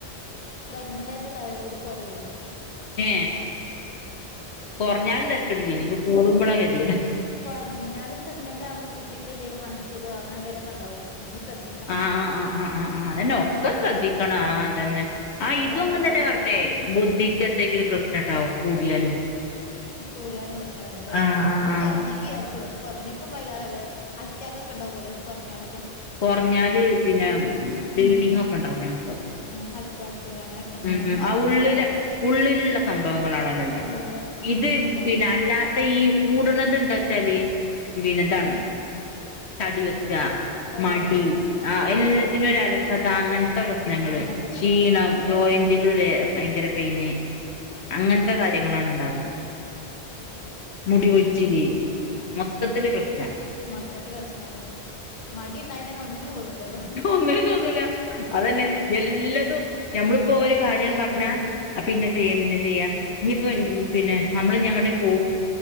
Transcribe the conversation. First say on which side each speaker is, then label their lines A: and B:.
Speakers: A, on the left; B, on the left.
A: പ്രെഗ്നന്റായപ്പോ തൈറോയിഡ് കുറയൈനി
B: ഏ കൊറഞ്ഞാലും തെരക്കിടില്ലൈനി ഇത് കൂടുമ്പളാ ഗതീട്
A: കൊർഞ്ഞാല് പ്രെഗ്നന്റ് ആകുമ്പോ കുട്ടിക്ക് എന്തെലും മാനസികോ അങ്ങനെ എന്തേലുമൊക്കെണ്ടാവും നമ്മള് ശ്രദ്ധി ക്കണം
B: ആഹ് ആഹ് ആഹ് ആഹ് ആഹ് അതന്നെ ഒക്കെ ശ്രദ്ധിക്കണം ആഹ് തന്നെ ആ ഇതുംങ്ങൻതന്നെ
A: തൈറോയിഡ് നമ്മള്
B: പറഞ്ഞൈ
A: കൂടു
B: ബുദ്ധി പ്പന്തെങ്കിലും പ്രശ്നണ്ടാവും കൂടിയാലും
A: കൂടിയാലും പ്രശ്നം തന്നെ അല്ലേ
B: ആഹ്
A: നമ്മള്
B: ആഹ് ആഹ്
A: കൊർഞ്ഞെങ്കി അടച്ചു കൊറഞ്ഞ്ക്കുംഭയ്ലാറല്ലേ അറ്റാക്കൊക്കെണ്ടോവോലോ കൊർഞ്ഞാലൊക്കെ
B: കൊർഞ്ഞാല് പിന്നെ ബ്ലീഡിങ് ഒക്കെ ഉണ്ടാവും നമ്മക്കൊ
A: ഉം അറ്റാക്ക് അങ്ങനെയൊക്കെ ഉണ്ടാവും
B: ഉം
A: അതൊന്നും
B: ഉം ആ
A: അറിയില്ലല്ലോ
B: ഉള്ളിലെ ഉള്ളിലുള്ള സംഭവങ്ങളാണോലൊണ്ടാവ
A: ഉള്ളില് ഉം
B: ഇത്
A: കൊറ
B: പിന്നെ അല്ലാത്തെഈ കൂട്ണതെന്താച്ചാല് പീന്നെതാണ്
A: ഉം
B: തടിവെക്ക
A: തടിയൊക്കെ
B: മടി
A: അങ്ങ
B: ആ എല്ലത്തിനും
A: ആഹ്
B: ഒരു അലസത അങ്ങനെ പ്രശ്നങ്ങള്
A: അങ്ങനത്തൊക്കെ
B: ക്ഷീണം
A: ഉണ്ടാവുംല്ലേ
B: ജോയിന്റുകൾ വ ഭയങ്കര പെയിന്
A: ഉം
B: അങ്ങൻത്തെ കാര്യങ്ങളാണ് ഉണ്ടാവാറി
A: ഉം
B: മുടികൊയിച്ചില്
A: ആ
B: മൊത്തത്തില് പ്രശ്നാ
A: മൊത്തത്തിൽ വെശന്നാല് മടി ഉണ്ടായ തന്നെ ഒന്നിനും തോന്നുല്ലല്ലോ
B: ഒന്ന്നും തോന്നൂല അതന്നെ എല്ലാതും ഞമ്മളിപ്പോ ഒരു
A: പിന്നെ
B: കാര്യൻ
A: ചെയ്യാ
B: പർഞ്ഞാ
A: പിന്നെ
B: അപ്പിന്നെ ചെയ്യാ പിന്നെ ചെയ്യാ ഇനിയിപ്പോ
A: ഉം
B: പിന്നെ നമ്മള് ഞെങ്ങേട്ടേലും പോ